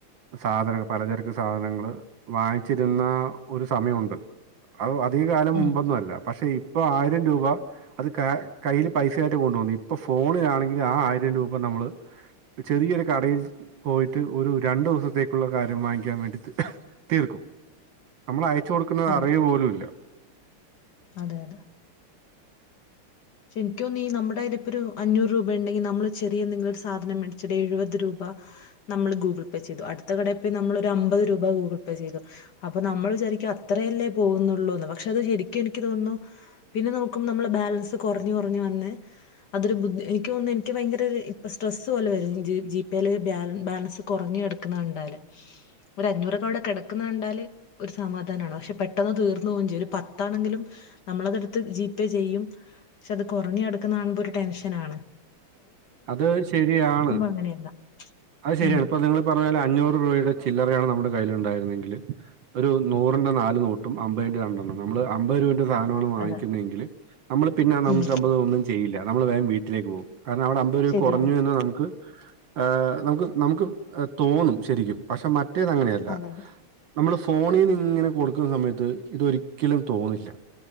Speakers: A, on the right; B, on the left.
A: സാധനങ്ങള് പലചരക്ക് സാധനങ്ങള് വാങ്ങിച്ചിരുന്ന ഒരു സമയമുണ്ട് അത് അധിക കാലം
B: ഉം
A: മുമ്പൊന്നും അല്ല പക്ഷേ ഇപ്പൊ ആയിരം രൂപ അത് ക കയ്യിൽ പൈസയായിട്ട് കൊണ്ട പോന്നു ഇപ്പൊ ഫോണിലാണെങ്കിൽ ആ ആയിരം രൂപ നമ്മള് ചെറിയൊരു കടയിൽ പോയിട്ട് ഒരു രണ്ടു ദിവസത്തേക്കുള്ള കാര്യം വാങ്ങിക്കാൻ വേണ്ടിയിട്ട് തീർക്കും നമ്മള ആയി ച്ച് കൊടുക്കുന്നത്
B: അതെ
A: അറിയ പോലും ഇല്ല
B: അതെ അതെ പക്ഷെ എനിക്ക് തോന്നുന്നു ഈ നമ്മുടെടുത്ത് ഇപ്പൊ ഒരു അഞ്ഞൂറ് രൂപ ഉണ്ടെങ്കിൽ നമ്മൾ ചെറിയ എന്തെങ്കിലും ഒരു സാധനം മേടിച്ചിട്ട് എഴുപത് രൂപ നമ്മള് ഗൂഗിൾ പേ ചെയ്തു അടുത്ത കടയിൽ പോയി നമ്മള് ഒരു അമ്പത് രൂപ ഗൂഗിൾ പേ ചെയ്തു അപ്പൊ നമ്മൾ വിചാരിക്കും അത്രയല്ലേ പോകുന്നുള്ളൂന്ന് പക്ഷേ അത് ശരിക്കും എനിക്ക് തോന്നുന്നു പിന്നെ നോക്കുമ്പ നമ്മളെ ബാലൻസ് ത് കൊറഞ്ഞ കൊറഞ്ഞ് വന്ന് അതൊരുബുദ്ധി എനിക്ക് തോന്നുന്നു എനിക്ക് ഭയങ്കര ഒരു ഇപ്പ സ്ട്രെസ്സ് പോലെ വര ജിപേ ബാലൻസ് കൊറഞ്ഞു കെടക്കുന്നത് കണ്ടാല് ഒരു അഞ്ഞൂറൊക്കെ അവിടെ കെടക്കുന്ന കണ്ടാല് ഒരു സമാധാനമാണ് പക്ഷേ പെട്ടെന്ന് തീർന്നു പോവുകയും ചെയ്യും ഒരു പത്താണെങ്കിലും നമ്മളതെടുത്ത് ജിപേ ചെയ്യും പക്ഷേ അത് കുറഞ്ഞഞ് കെടക്കുന്നത് കാണുമ്പോ ഒരു ടെൻഷൻ ആണ്
A: അത് ശരിയാണ്
B: അങ്ങനെയല്ല.
A: അത്ശരിയാണ്
B: ഉം
A: ഇപ്പൊ നിങ്ങള് പറഞ്ഞല്ലോ അഞ്ഞൂറ് രൂപയുടെ ചില്ലറയാണ് നമ്മുടെ ക കയ്യിലുണ്ടായിരുന്നെങ്കില് ഒരു നൂറിന്റെ നാല് നോട്ടും അമ്പതിന്റെ രണ്ടെണ്ണം നമ്മ അത് രൂപ ന്റെ സാധനങ്ങൾ വങ്ങിക്കുന്നതെങ്കില്
B: അതെ
A: നമ്മള് പിന്നെ ആ നാന്നൂറ്റമ്പത്
B: ഉം
A: ഒന്നും ചെയ്യില്ല നമ്മള് വേഗം വീട്ടിലേക്ക് പോകും കാരണം അവിട തൊരു
B: ശരിയാണ്.
A: കുറഞ്ഞൂ എന്ന് നമുക്ക് ഏ നമുക്ക് നമുക്ക് തോന്നും ശരിക്കും പക്ഷേ മറ്റ മറ്റേത് അങ്ങനേയല്ല
B: അതെ
A: നമ്മള് ഫോണീന്ന് ഇങ്ങനെ കൊടുക്കുന്ന സമയത്ത് ഇതൊരിക്കലും തോന്നില്ല